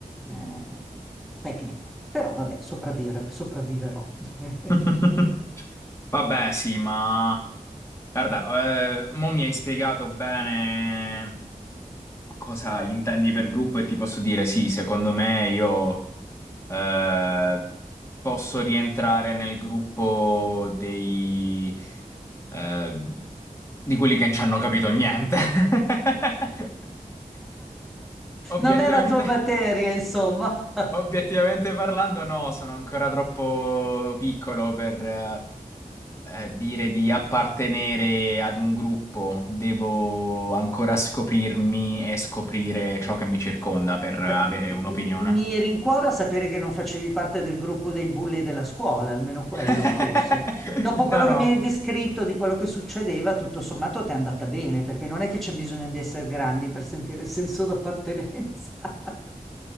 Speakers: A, in the centre; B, on the left.
A: eh, tecnica. Però vabbè, sopravvivere- sopravviverò. <laughs>
B: <laughs> Vabbè, sì, ma. Guarda, eh, mo mi hai spiegato bene cosa intendi per gruppo e ti posso dire sì, secondo me io eh, posso rientrare nel gruppo dei, eh, di quelli che non ci hanno capito niente. <laughs> Obiettivamente,
A: Non è la tua materia, insomma.
B: obiettivamente parlando, no, sono ancora troppo piccolo per, eh, eh, dire di appartenere ad un gruppo, devo ancora scoprirmi e scoprire ciò che mi circonda per
A: Beh,
B: avere
A: m-
B: un'opinione.
A: m- mi rincuora sapere che non facevi parte del gruppo dei bulli della scuola, almeno quello
B: <laughs>
A: forse. Dopo quello
B: No, no.
A: che mi hai descritto di quello che succedeva, tutto sommato ti è andata bene, perché non è che c'è bisogno di essere grandi per sentire senso d'appartenenza. <laughs>